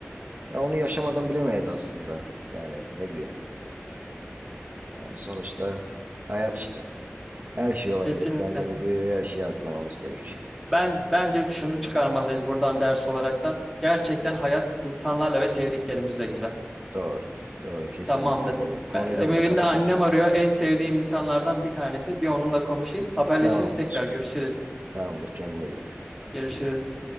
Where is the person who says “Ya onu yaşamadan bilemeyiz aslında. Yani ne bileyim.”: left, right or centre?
Right